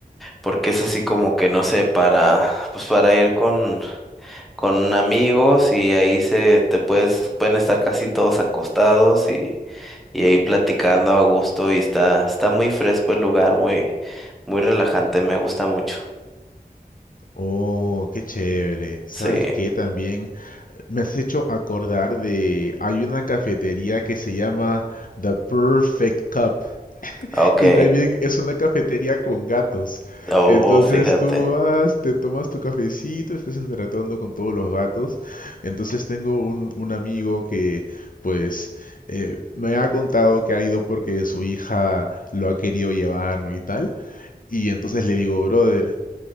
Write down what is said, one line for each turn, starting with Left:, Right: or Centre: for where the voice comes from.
Centre: porque es así como que, no sé, para, pues para ir con, con amigos y ahí se, te puedes, pueden estar casi todos acostados y, y ahí platicando a gusto y está, está muy fresco el lugar, muy, muy relajante, me gusta mucho.
Left: Oh, qué chévere. ¿Sabes
Centre: Sí,
Left: qué? También me has hecho acordar de... Hay una cafetería que se llama The Perfect Cup.
Centre: ok.
Left: Y también es una cafetería con gatos.
Centre: Oh,
Left: Entonces
Centre: fíjate.
Left: tú vas, te tomas tu cafecito, estás interactuando con todos los gatos. Entonces tengo un, un amigo que pues eh, me ha contado que ha ido porque su hija lo ha querido llevar, ¿no? Y tal. Y entonces le digo, brother,